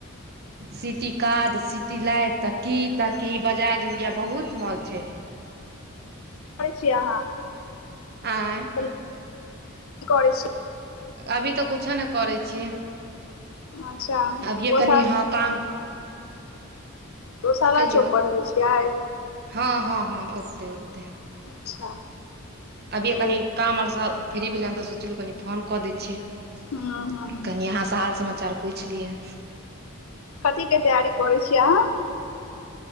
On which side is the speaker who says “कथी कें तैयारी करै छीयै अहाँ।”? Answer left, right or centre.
Left